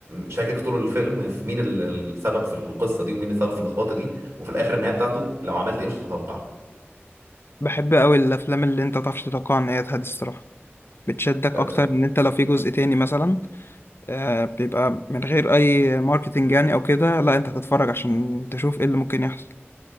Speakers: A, on the right; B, on the left.
A: شاكك طول الفيلم في مين ال- السبب في القصه دي ومين السبب في اللخبطه دي وفي الاخر النهايه بتاعته لو عملت ايه مش هتتوقع
B: بحب قوي الافلام اللي انت متعرفش تتوقع نهايتها دي الصراحة بتشدك
A: آه،
B: اكتر
A: بس-
B: ان انت لو في جزء تاني مثلا آه، بيبقى من غير اي ماركتينج يعني او كده لا انت هتتفرج عشان تشوف ايه اللي ممكن يحصل